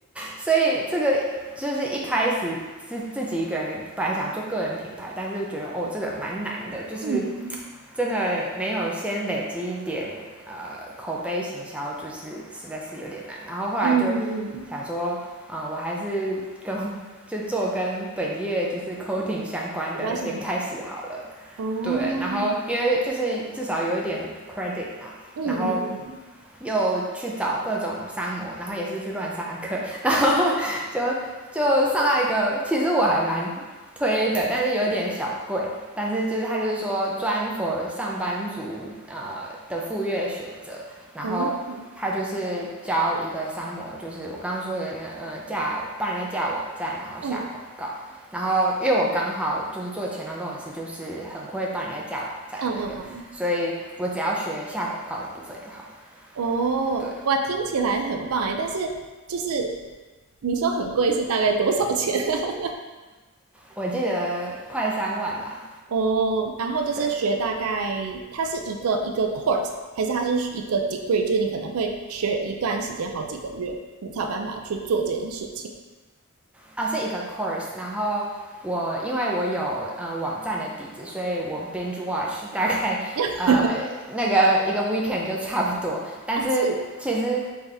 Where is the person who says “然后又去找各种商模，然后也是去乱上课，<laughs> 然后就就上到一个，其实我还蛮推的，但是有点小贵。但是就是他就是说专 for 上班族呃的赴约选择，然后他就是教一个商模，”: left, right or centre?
Centre